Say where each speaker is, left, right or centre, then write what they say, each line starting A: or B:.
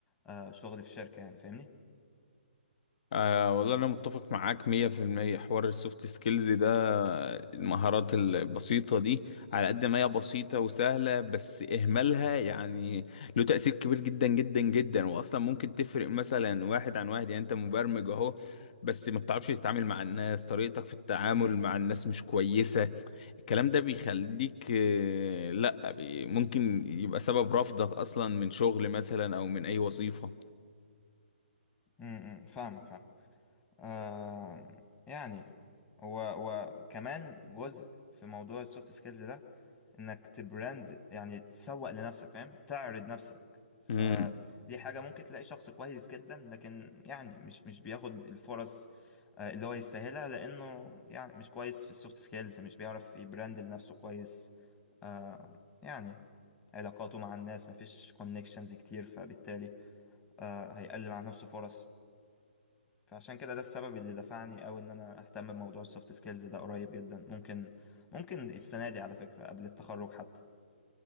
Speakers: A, on the left (about 20°); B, on the left (about 50°).
A: آه شغل في شركة يعني فاهمني؟
B: آه والله أنا متفق معاك مية في المية حوار السوفت سكيلز ده المهارات البسيطة دي على قد ما هي بسيطة وسهلة بس إهمالها يعني له تأثير كبير جدا جدا جدا وأصلا ممكن تفرق مثلا واحد عن واحد يعني أنت مبرمج أهو بس ما بتعرفش تتعامل مع الناس طريقتك في التعامل
A: امم
B: مع الناس مش كويسة الكلام ده بيخليك آه، لأ بي- ممكن يبقى سبب رفضك أصلا من شغل مثلا أو من أي وظيفة
A: امم فاهمك فاهم آه يعني و وكمان جزء في موضوع السوفت سكيلز ده انك تبراند يعني تسوق لنفسك فاهم تعرض نفسك فدي
B: مم.
A: حاجة ممكن تلاقي شخص كويس جدا لكن يعني مش مش بياخد الفرص آه، اللي هو يستاهلها لانه يعني مش كويس في السوفت سكيلز مش بيعرف يبراند لنفسه كويس آه، يعني علاقاته مع الناس مفيش كونكشنز كتير فبالتالي آه، هيقلل عن نفسه فرص فعشان كده ده السبب اللي دفعني أوي إن أنا أهتم بموضوع السوفت سكيلز ده قريب جدا ممكن ممكن السنة دي على فكرة قبل التخرج حتى